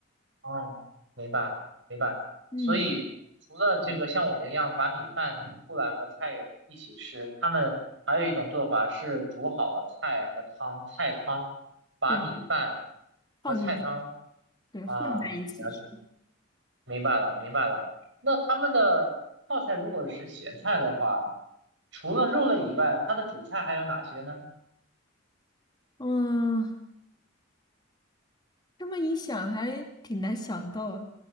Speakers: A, on the right (about 65°); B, on the left (about 20°).
A: 哦，明白明白。
B: 嗯，
A: 所以除了这个像我们一样把米饭煮出来和菜一起吃，他们还有一种做法是煮好了菜和汤，菜汤把米饭
B: 对，
A: 和菜汤
B: 放进去吃，对，
A: 啊，
B: 混在一起吃。
A: 了解，明白了明白了。那他们的泡菜如果是咸菜的话，除了肉类以外，它的主菜还有哪些呢？
B: 嗯，这么一想，还挺难想到，